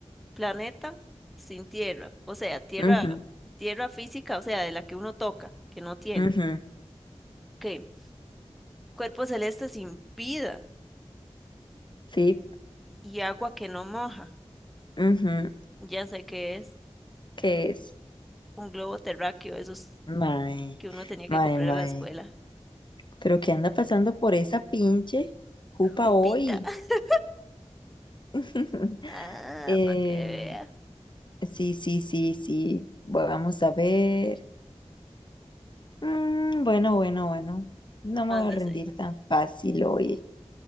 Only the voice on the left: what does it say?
Ujú,
ujú,
sí,
ujú,
¿Qué es?
Mae,
mae,
mae.
Pero qué anda pasando por esa pinche jupa
hoy.
<laughs>
Em,
sí, sí, sí, sí. Bueno, Vamos a ver. Mm, bueno, bueno, bueno. No me
voy a rendir tan fácil hoy.